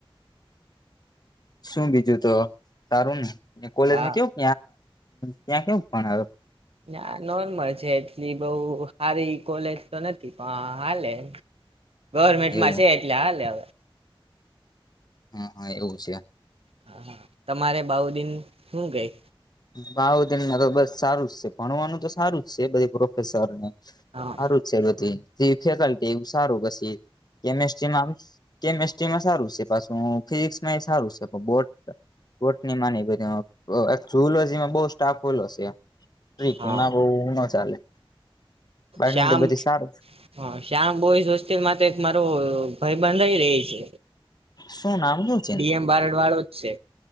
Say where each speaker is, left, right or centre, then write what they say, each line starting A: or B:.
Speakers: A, on the left (about 45°); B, on the right (about 90°).
A: શું બીજું તો સારું ને કોલેજમાં
B: હા
A: કેવું ત્યાં કેવું પણ્યો
B: ના નોર્મલ છે એટલી બઉ સારી કોલેજ તો નથી પણ હાલે ગવર્મેન્ટમાં
A: એવું
B: છે એટલે હાલે હવે
A: હા હા એવું છે
B: હા હા તમારે બાઉ દિન શું કઈ
A: ભાવ તેમાં તો બસ સારું જ છે ભણવાનું તો સારું જ છે બધ પ્રોફેસર ને
B: હા
A: સારું જ છેધી ફેકલ્ટી એું સારું પછી કેમેસ્ટ્રીમાંમ કેમેસ્ટ્રીમાં સારું છે પાછું ફિઝિક્સમાં એ સારું છે બોટ બોટ ની માની બધી ઓ જેમાં બઉ સ્ટાફ ઓલો છે સ્ટક
B: હા
A: એમાં બ ન ચાલે બાકી
B: શ્યામ
A: તો બધી
B: હ
A: સારું
B: શ્યામ બોઈઝ વસ્તી મા એક મારો ભય બંધાઈ રહી છે
A: શું નામ શું છે
B: ડીએમ બારડ વાળો જ છે